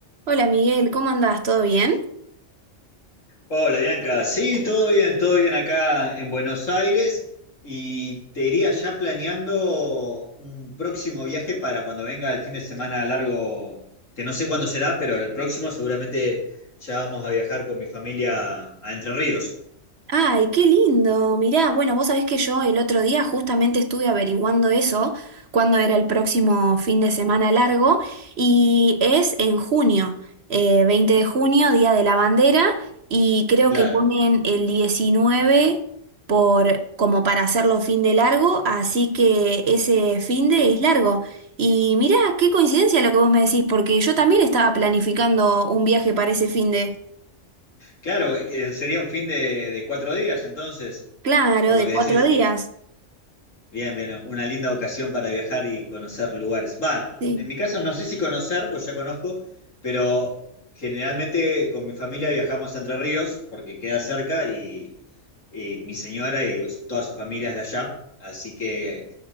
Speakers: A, on the right; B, on the left.
A: Hola Miguel, ¿cómo andás? ¿Todo bien?
B: Hola Bianca, sí, todo bien, todo bien acá en Buenos Aires y te iría ya planeando un próximo viaje para cuando venga el fin de semana largo, que no sé cuándo será, pero el próximo seguramente ya vamos a viajar con mi familia a Entre Ríos.
A: Ay, qué lindo. Mirá, bueno, vos sabés que yo el otro día justamente estuve averiguando eso, cuándo era el próximo fin de semana largo, y es en junio, eh, 20 de junio, Día de la Bandera, y creo
B: Claro,
A: que ponen el 19 por, como para hacerlo fin de largo, así que ese fin de es largo. Y mirá, qué coincidencia lo que vos me decís, porque yo también estaba planificando un viaje para ese fin de...
B: claro, eh, que sería un fin de, de cuatro días entonces,
A: Claro,
B: por
A: de
B: lo que
A: cuatro
B: decís.
A: días.
B: Bien, bien, una linda ocasión para viajar y conocer lugares. Va,
A: Sí.
B: en mi caso no sé si conocer, pues ya conozco, pero generalmente con mi familia viajamos a Entre Ríos porque queda cerca y, y mi señora y pues, toda su familia es de allá. Así que